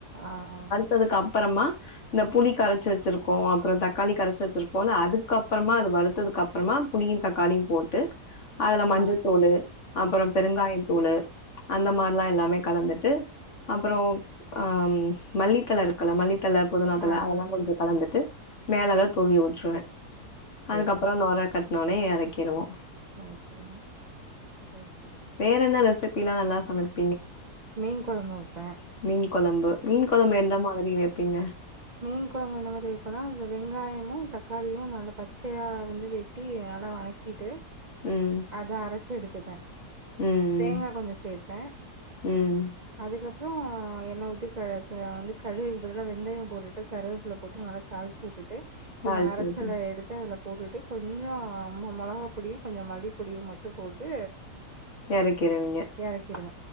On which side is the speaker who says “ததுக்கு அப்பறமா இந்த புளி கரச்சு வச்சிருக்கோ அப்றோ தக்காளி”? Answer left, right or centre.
Left